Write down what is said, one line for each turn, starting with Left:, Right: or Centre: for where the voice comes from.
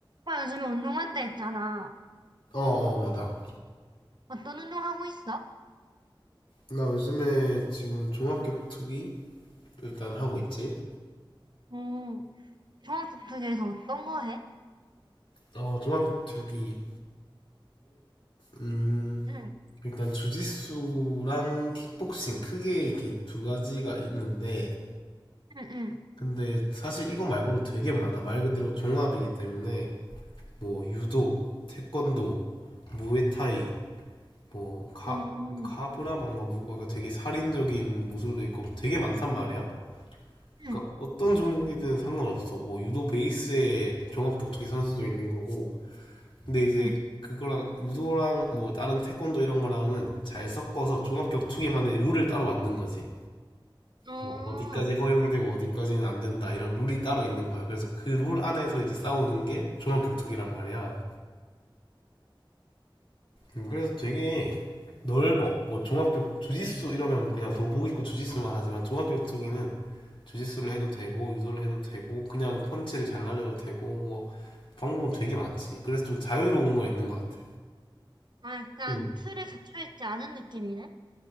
Right: 오빠 요즘에 운동한다 했잖아.
Left: 어, 어, 맞아.
Right: 어떤 운동 하고 있어?
Left: 나 요즘에 지금 종합격투기 일단 하고 있지.
Right: 응. 종합격투기에서 어떤 거 해?
Left: 어, 종합격투기는, 음,
Right: 응,
Left: 일단 주짓수랑 킥복싱 크게 이렇게 두 가지가 있는데,
Right: 응, 응.
Left: 근데 사실 이거 말고도 되게 많아. 말 그대로 종합이기 때문에, 뭐, 유도, 태권도, 무에타이, 뭐, 카,
Right: 응,
Left: 뭐 카브라만가 뭐가 되게 살인적인 무술도 있고 되게 많단 말이야.
Right: 응,
Left: 그러니까 어떤 종목이든 상관없어. 뭐 유도 베이스에 종합 격투기 선수도 있는 거고. 근데 이제
Right: 응.
Left: 그거랑 유도랑 뭐 다른 태권도 이런 거랑은 잘 섞어서 종합 격투기만의 룰을 따로 만든 거지.
Right: 어, 아,
Left: 뭐 어디까지 허용이 되고 어디까지는 안 된다 이런 룰이 따로 있는 거야. 그래서 그 룰 안에서 이제 싸우는 게 종합 격투기란 말이야. 음, 그래서 되게 넓어. 뭐 종합 격 주짓수 이러면 그냥 도복 입고 주짓수만 하지만 종합 격투기는 주짓수를 해도 되고 유도를 해도 되고 그냥 펀치를 잘 날려도 되고 뭐 방법은 되게 많지. 그래서 좀 자유로운 건 있는 것 같아.
Right: 약간
Left: 응,
Right: 틀에 갇혀있지 않은 느낌이네?